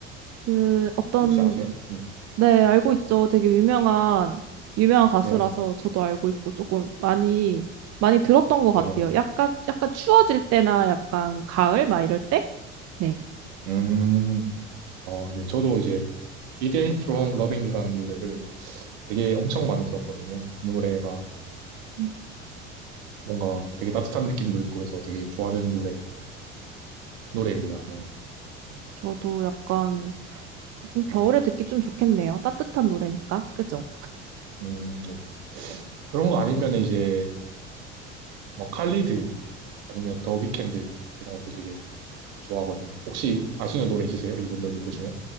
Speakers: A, on the right; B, on the right.
A: 그 어떤
B: 혹시 아세요? 네,
A: 네, 알고 있죠. 되게 유명한 유명한 가수라서
B: 네,
A: 저도 알고 있고 조금 많이 많이 들었던 것
B: 네.
A: 같아요. 약간 약간 추워질 때나 약간 가을 막 이럴 때? 네.
B: 음, 어, 네. 저도 이제 It Ain't Wrong Loving You라는 노래를 되게 엄청 많이 들었거든요. 이 노래가
A: 음.
B: 뭔가 되게 따뜻한 느낌도 있고 해서 되게 좋아하는 노래, 노래입니다. 네.
A: 저도 약간 그-
B: 네.
A: 겨울에 듣기 좀 좋겠네요. 따뜻한 노래니까. 그죠?
B: 음, 네. 그런 거 아니면 이제 뭐 칼리드 아니면 더 위켄드 이런 것도 되게 좋아하거든요. 혹시 아시는 노래 있으세요? 이분들 노래 중에?